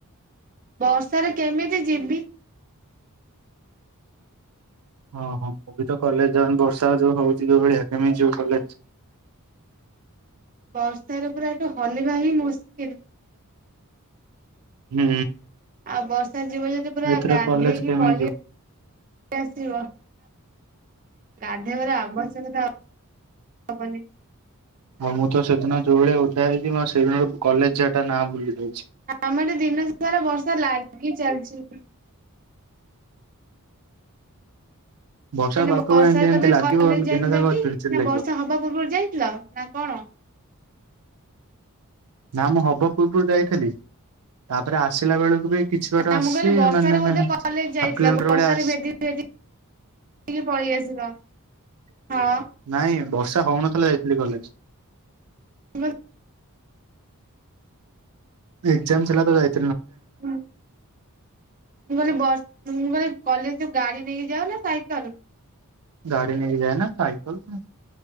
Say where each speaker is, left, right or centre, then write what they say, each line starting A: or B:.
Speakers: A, on the right (about 40°); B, on the right (about 80°).
A: ବର୍ଷାରେ କେମିତି ଯିବି?
B: ଓହୋ ହଁ ମୁଁ ବି ତ କଲେଜ ଯାଉନି ବର୍ଷା ଯୋଉ ହଉଛି ଯୋଉ ଭଳିଆ କେମିତି ଯିବୁ କଲେଜ।
A: ବର୍ଷାରେ ପୁରା ଏଇଠୁ ହଲିବା ହିଁ ମୁସ୍କିଲ।
B: ହୁଁ।
A: ଆଉ ବର୍ଷା ଯିବ ଯଦି ପୁରା
B: ଏଥର
A: ଗାଧେଇକି
B: କଲେଜ କେମିତି
A: ପଳେଇ
B: ଯିବୁ?
A: ଆସିବ ଗାଧବରେ ଆବଶ <unintelligible> ହବନି।
B: ହଉ ମୁଁ ତ ସେଦିନ ଯୋଉ ଭଳିଆ ଓଦା ହେଇଛି ମୁଁ ସେଇଦିନ କଲେଜ ଯିବାଟା ନାଁ ଭୁଲି ଯାଇଛି।
A: ଆମର ଦିନ ସାରା ବର୍ଷା ଲାଗି ଚାଲିଛି।
B: ବର୍ଷା
A: ମାନେ
B: ପାଗ
A: ବର୍ଷାରେ
B: ଏମିତି ଏମିତି
A: ତମେ
B: ଲାଗିବ
A: କଲେଜ ଯାଇଥିଲ
B: ଦିନ ଯାକ
A: କି
B: ଚିଡ୍ ଚିଡ୍
A: ନା
B: ଲାଗିବ
A: ବର୍ଷା ହବା ପୂର୍ବରୁ ଯାଇଥିଲ ନା କଣ?
B: ନା ମୁଁ ହବା ପୂର୍ବରୁ ଯାଇଥିଲି ତାପରେ ଆସିଲା ବେଳକୁ ବି କିଛି ବାଟ
A: ନା
B: ଆସିଛି
A: ମୁଁ କହିଲି ବର୍ଷାରେ
B: ମାନେ
A: ବୋଧେ କଲେଜ ଯାଇଥିଲା
B: ହାଫ୍ କିଲୋମିଟର
A: ବର୍ଷାରେ
B: ଭଳିଆ ଆସିଛି।
A: ଭେଜି ଭେଜି ଟିକେ ପଳେଇ ଆସିଲ ହଁ।
B: ନାଇଁ ବର୍ଷା ହଉନଥିଲା ଯାଇଥିଲି କଲେଜ।
A: ମାନେ
B: ଏକ୍ସଜାମ ଥିଲା ତ ଯାଇନି।
A: ମୁଁ କହିଲି ବସ ମୁଁ କହିଲି କଲେଜ ଯୋ ଗାଡି ନେଇକି ଯାଅ ନା ସାଇକଲ?
B: ଗାଡି ନେଇକ ଯାଇ ନା ସାଇକଲ।